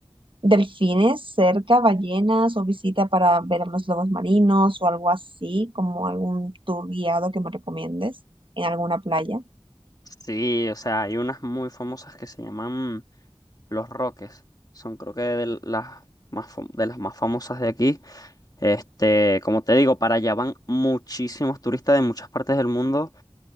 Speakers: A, on the right; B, on the left.
A: delfines cerca, ballenas o visita para ver a los lobos marinos o algo así, como algún tour guiado que me recomiendes en alguna playa.
B: Sí, o sea, hay unas muy famosas que se llaman Los Roques. Son creo que de las más fam- de las más famosas de aquí. Este, como te digo, para allá van muchísimos turistas de muchas partes del mundo